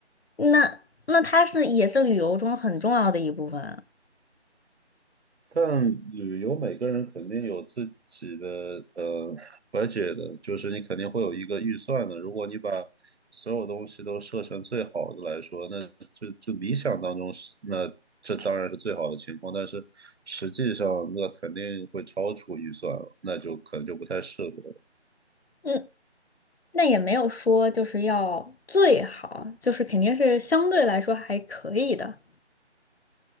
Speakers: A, on the left; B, on the right.
A: 那那它是也是旅游中很重要的一部分
B: 但旅游每个人肯定有自己的呃 budget 的，就是你肯定会有一个预算的。如果你把所有东西都设成最好的来说，那就就理想当中是那这当然是最好的情况，但是实际上那肯定会超出预算了，那就可能就不太适合了。
A: 嗯。那也没有说就是要最好，就是肯定是相对来说还可以的。